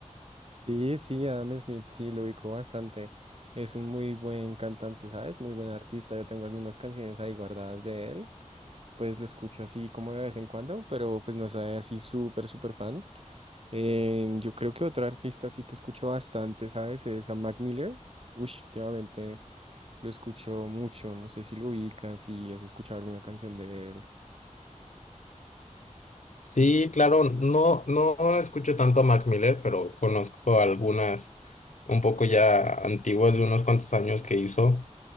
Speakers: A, on the right; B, on the left.
A: Sí, sí, Adam Smith, sí, lo ubico bastante. Es un muy buen cantante, ¿sabes? Muy buen artista. Yo tengo algunas canciones ahí guardadas de él. Pues lo escucho así como de vez en cuando, pero pues no soy así súper, súper fan. Eh, yo creo que otro artista sí que escucho bastante, ¿sabes? Es a Mac Miller. Uy, últimamente lo escucho mucho. No sé si lo ubicas, si has escuchado alguna canción de él.
B: Sí, claro, no, no escucho tanto a Mac Miller, pero conozco algunas un poco ya antiguas de unos cuantos años que hizo.